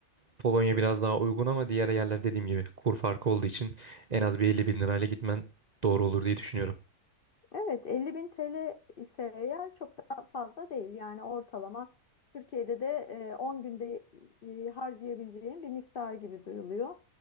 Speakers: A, on the right (about 60°); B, on the left (about 60°).
A: Polonya biraz daha uygun ama diğer yerler dediğim gibi kur farkı olduğu için en az bir 50 bin lirayla gitmen doğru olur diye düşünüyorum.
B: Evet, 50 bin TL ise eğer çok da fazla değil. Yani ortalama Türkiye'de de e, 10 günde e, harcayabileceğim bir miktar gibi duyuluyor.